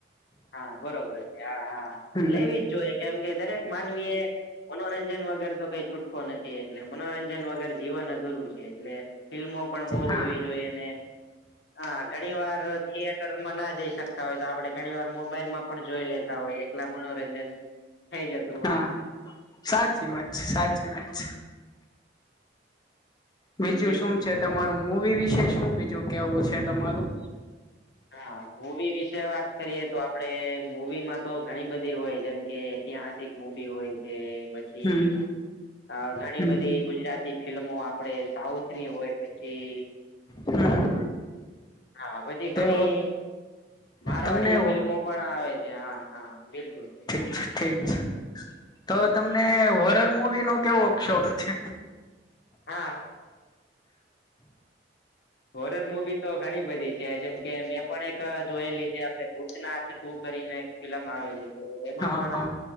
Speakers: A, on the left; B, on the left.
A: હા બરોબર છે. હા હા
B: હમ
A: લેવી જ જોઈએ. કેમ કે દરેક માનવી એ મનોરંજન વગર તો કઈ છૂટકો નથી. એટલે મનોરંજન વગર જીવન અધૂરું છે. એટલે ફિલ્મો પણ બઉુ
B: હા
A: જોવી જોઈએ અને હા. ઘણી વાર થિયેટરમાં ના જઈ શકતા હોય તો આપડે ઘણી વાર મોબાઈલમાં પણ જોઈ લેતા હોય. એકલા મનોરંજન થઈ શકે
B: હા સાચી વાત છે. સાચી વાત છે.
A: જી
B: બીજું
A: બિલકુલ
B: શું છે? તમારું મૂવી વિશે શું બીજું કેહવું છે તમારું?
A: હા. મુવી વિશે વાત કરીએ તો આપ આપડે મૂવી માં તો ઘણી બધી હોય જેમ કે ઐતિહાસિક મુવી હોય. એ પછી
B: હમ
A: અ ઘણી
B: હમ
A: બધી ગુજરાતી ફિલ્મો આપ આપણે સાઉથની હોય પછી
B: હમ
A: હા. પછી ઘણી
B: તો
A: મારવાડી
B: તમને
A: ફિલ્મો પણ આવે છે. હા હા બિલકુલ.
B: ઠીક છે ઠીક છે તો તમને હોરર મુવી નો કેવો શોખ છે.
A: હા. હોરર મુવી તો ઘણી બધી છે. જેમ કે મેં પણ એક જોયેલી છે. આપણે ભૂતનાથ એક ટુ કરીને એક ફિલમ આવેલી તો એમાં
B: હા
A: પણ
B: હા